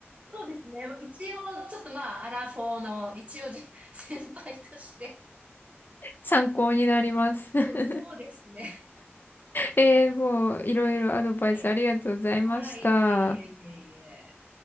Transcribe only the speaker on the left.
参考になります。<laughs>
えー、もういろいろアドバイスありがとうございました。